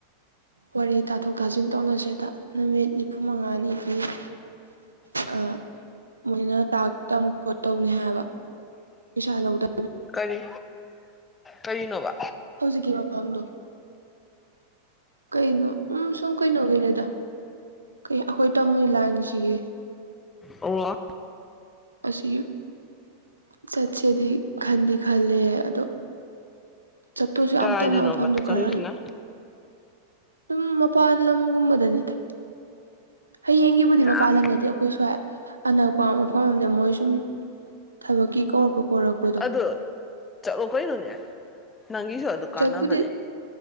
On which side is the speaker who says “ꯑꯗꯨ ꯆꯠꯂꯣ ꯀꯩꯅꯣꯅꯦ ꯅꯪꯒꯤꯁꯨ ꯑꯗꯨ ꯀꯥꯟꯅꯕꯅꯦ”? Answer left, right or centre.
Left